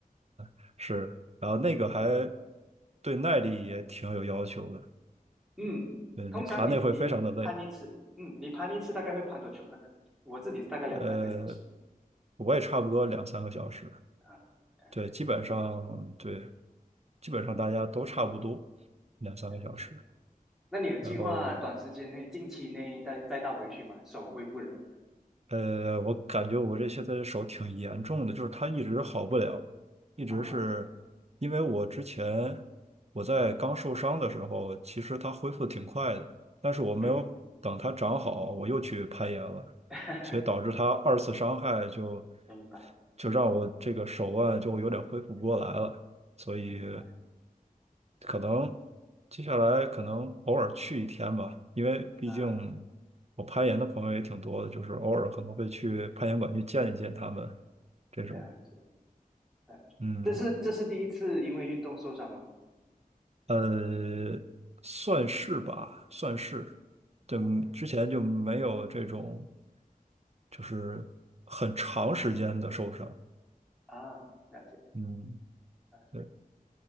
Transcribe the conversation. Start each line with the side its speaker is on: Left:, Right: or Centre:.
Right: <laughs> 是，然后那个还对耐力也挺有要求的。
Centre: 嗯，
Right: 呃，
Centre: 通常你你攀一次，
Right: 你爬那会非常的累，
Centre: 嗯，你攀一次大概会攀多久？那个我自己是大概两三个小时
Right: 呃，我也差不多两三个小时，
Centre: 啊。OK。
Right: 对，基本上对，基本上大家都差不多两三个小时，
Centre: 了解。那你有计划短时间内、
Right: 然后
Centre: 近期内再再倒回去吗？手恢复的怎么样？
Right: 呃，我感觉我这现在手挺严重的，就是它一直好不了，一直是因为我之前
Centre: 啊，
Right: 我在刚受伤的时候，其实它恢复挺快的，但是我没有等它长好，
Centre: 嗯，
Right: 我又去攀岩了，
Centre: <laughs>
Right: 所以导致它二次伤害就
Centre: 明白，
Right: 就让我这个手腕就有点恢复不过来了，所以。
Centre: 明白
Right: 可能接下来可能偶尔去一天吧，因为毕竟
Centre: 啊，
Right: 我攀岩的朋友也挺多的，就是偶尔可能会去攀岩馆去见一见他们这种，
Centre: 了解，了解。
Right: 嗯，
Centre: 这是这是第一次因为运动受伤吗
Right: 呃，算是吧，算是，就之前就没有这种
Centre: ？OK
Right: 就是很长时间的受伤，
Centre: 啊，了解，
Right: 嗯，
Centre: 了解。
Right: 对。